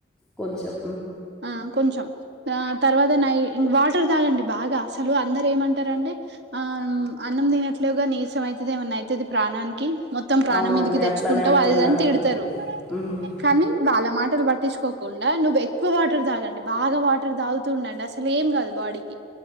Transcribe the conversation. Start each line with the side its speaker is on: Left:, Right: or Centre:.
Centre: కొంచం
Right: ఆ కొంచెం ఆ తర్వాత నై వాటర్ తాగండి బాగా అసలు అందరు ఏమంటార అంటే ఆ అన్నం తినట్లుగా నీసం అవుతుది ఏమన్నా అవుతుంది ప్రాణానికి కిమొత్తం ప్రాణం
Centre: అవునండి
Right: మీదికి తెచ్చుకుంటవు
Centre: అట్లనే అంటున్నారండి
Right: అది ఇది తిడతరు
Centre: ఉమ్.
Right: కానీ వాళ్ళ మాట పట్టించకోకుండా నువ్వు ఎక్కువ వాటర్ తాగండి బాగా వాటర్ తాగు తుడండి అసలు ఏం కాదు బాడీకి